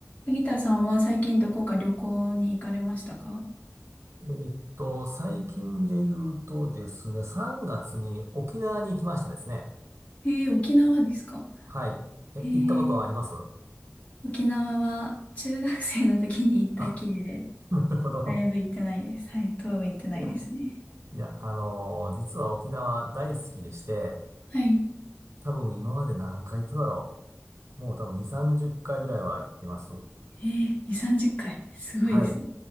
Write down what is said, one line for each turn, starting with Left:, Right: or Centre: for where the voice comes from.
Left: ギターさんは最近どこか旅行に行かれましたか
Right: えっと、最近で言うとですね、3月に沖縄に行きましたですね。
Left: えー、沖縄ですか
Right: はい。え、
Left: えー、
Right: 行ったことはあります
Left: 沖縄は中学生の時に行ったきりで、
Right: あ、<laughs> なるほど。
Left: だいぶ行ってないです。はい、当分行ってないですね。
Right: いや、いや、あのー実は沖縄大好きでして、
Left: はい。
Right: 多分今まで何回行っただろう。もう多分2、30回ぐらいは行ってます。
Left: えー、2、30回。すごいですね。
Right: はい。